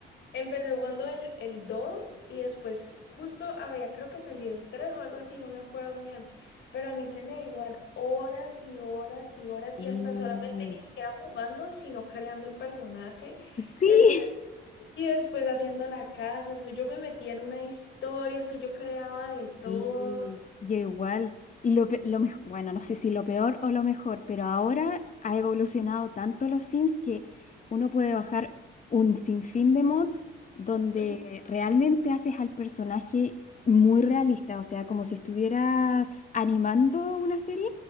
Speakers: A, on the left (about 70°); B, on the left (about 40°).
A: empecé jugando el, el 2 y después justo había creo que salido el 3 o algo así, no me acuerdo bien, pero a mí se me iban horas y horas y horas
B: Sí.
A: y hasta solamente ni siquiera jugando, sino creando el personaje y
B: Sí.
A: después, y después haciendo la casa, eso yo me metía en una historia, eso yo creaba de todo.
B: Sí, yo igual. Y lo, pe- lo mej- bueno, no sé si lo peor o lo mejor, pero ahora ha evolucionado tanto los Sims que uno puede bajar un sinfín de mods donde
A: Ujú.
B: realmente haces al personaje muy realista, o sea, como si estuvieras animando una serie